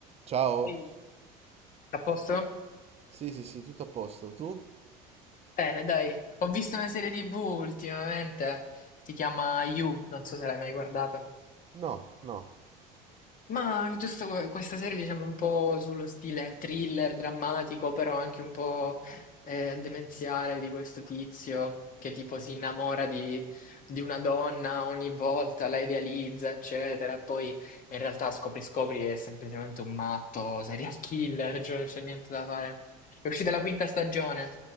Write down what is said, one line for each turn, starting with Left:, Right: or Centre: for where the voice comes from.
Right: Ciao,
Left: Ehi, a posto?
Right: sì sì sì, tutto a posto. Tu?
Left: Bene, dai. Ho visto una serie TV ultimamente, si chiama You, non so se l'hai mai guardata.
Right: No, no.
Left: Ma è giusto que- questa serie, diciamo, un po' sullo stile thriller, drammatico, però anche un po' eh, demenziale di questo tizio che tipo si innamora di, di una donna ogni volta, la idealizza, eccetera. Poi in realtà scopri, scopri che è semplicemente un matto, serial <laughs> killer, cioè non c'è niente da fare. È uscita la quinta stagione